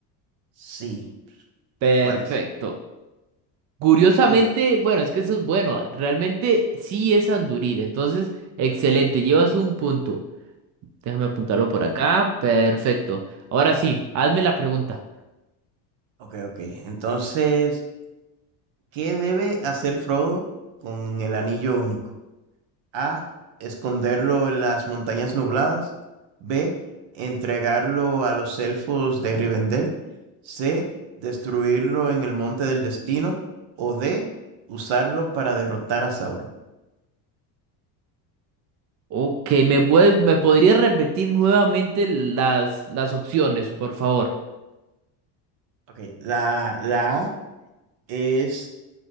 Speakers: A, on the right (about 60°); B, on the right (about 40°).
A: Sí,
B: Perfecto.
A: ¿cuál es?
B: Curiosamente,
A: Uf,
B: bueno, es que eso es bueno. Realmente sí es Anduril. Entonces, excelente. Llevas un punto. Déjame apuntarlo por acá.
A: o-
B: Perfecto. Ahora sí, hazme la pregunta.
A: ok, ok. Entonces, ¿qué debe hacer Frodo con el anillo único? A, esconderlo en las montañas nubladas. B, entregarlo a los elfos de Rivendell. C, destruirlo en el Monte del Destino. O D, usarlo para derrotar a Sauron.
B: Ok, ¿me, vuel- me podrías repetir nuevamente las, las opciones, por favor?
A: Ok, la, la A es